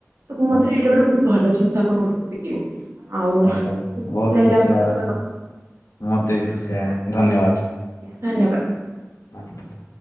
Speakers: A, on the right; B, on the left.
A: ତ ମୋ
B: ହଁ।
A: ମତରେ ଏଇଟା ଗୋଟେ ବହୁତ୍ ଭଲ ଜିନିଷ ଆପଣଙ୍କଠୁ ଶିଖିଲି। ଆଉ
B: ହଉ
A: ଖୁସି
B: ହଉ ବହୁତ
A: ଲାଗିଲା
B: ଖୁସି
A: ଆପଣଙ୍କ ସହିତ କଥା ହେଇକି।
B: ମତେ ବି ଖୁସି ଆ ଧନ୍ୟବାଡ୍।
A: ଧନ୍ୟବାଦ୍।
B: <inaudible>